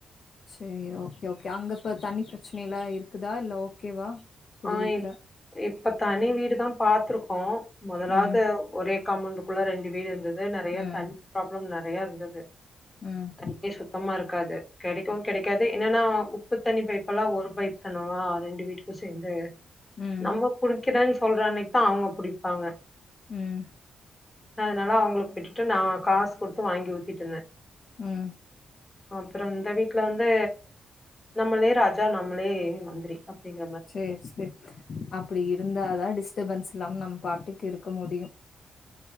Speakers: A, on the left; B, on the left.
A: சேரி ஓகே ஓகே அங்க ப தண்ணி ப்ரச்னல்லா இருக்குதா இல்ல ஓகேவா புது
B: ஆ
A: வீட்ல
B: எப் இப் ப தனி வீடுதா பாத்திருக்கோ மொதலாவ்து
A: ம்
B: ஒரேக் காமௌண்டுக்குள்ள ரெண்டு வீடு இருந்துத் து நறைய
A: ம்
B: தண்ணி ப்ராப்ளம் நற் றையருந்துது
A: ம்
B: தண்ணியே சுத்தமா இருக்காது கெடைக்கூ கெடைக்காது என்னன்னா உப்பு தண்ணி பைப்பெல்லா ஒரு பைப் கணவா ரெண்டு வீட்டுக்கூ ஸ் தெந்தயர்
A: ம்
B: நம்மோ புடிக்கிறேன் ஸ் சொல்றன்னைக்கு தா அவங்க புடிப்பாங்க
A: ம்
B: அதனால அவங்களுக்கு விட்டுட்டு நா காசு குடுத்து வாங்கி ஊத்திட்ருந்தே
A: ம்
B: அப்றோ இந்த வீட்ல வந்து நம்மளே ராஜா நம்மளே மந்திரி அப்டிங்
A: சேர் செரி அப்டிருந்தாதா டிஸ் டடபன்ஸ் இல்லாம நம் பாட்டுக்கு இருக்க முடியூ